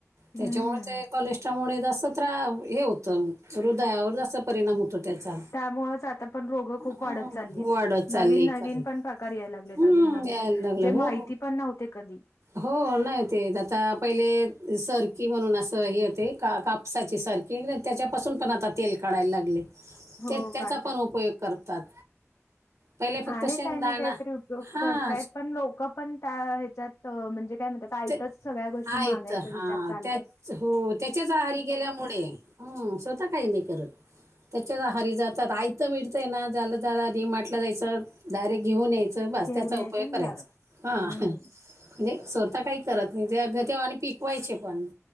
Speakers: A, on the left (about 70°); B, on the right (about 85°).
A: हम्म
B: त्याच्यामुळेळ ते कॉलेस्ट्रॉलमुळे जा असतं त्र हे होतं हृदयावर जाा परिणाम होतो त्याचा
A: <unintelligible> ण रोग खूप
B: हम्म,
A: वाढत चा न
B: वाढत चालली
A: नन
B: खरे
A: पण प्रकार लाग
B: हम्म
A: अज न
B: यायला लागलं हो
A: माहिती पण नव्हते कधी
B: हो नाही ते आता पहिले सरकी म्हणून असं हे होते का का साची सारखी त्याच्यापासून पण आता तेल काढायला लागले
A: हो
B: ते त्याचा
A: काढतात
B: पण उपयोग
A: की
B: करतात पहिले फक्त
A: आहे
B: शेंगदाणा
A: काही ना काहीतरी उपयोग
B: हां
A: करतायत पण लोक पण त्या ह्याच्यात तर म्हणजे काय म्हणतात आता आईतच
B: ते
A: सगळ्या गोष्टी
B: आहेत
A: मागायचा
B: हां
A: विचार चालल्या
B: त्याच हो त्याच्याच आहारी गेल्यामुळे हम स्वतः काही नाही करत त्याच्याच आहारी जात यचं मिळतय ना झालं जला म्हटलं जायचं डायरेक्ट घेऊन यायच ब
A: घेऊन
B: त्याचा
A: यायचं
B: उपयोग
A: आणि
B: करायचा
A: लावायचं.
B: हा
A: हम्म
B: म्हणजे स्वतः काही करत नाही ते अ ते्हा आणि पिकवायचे पण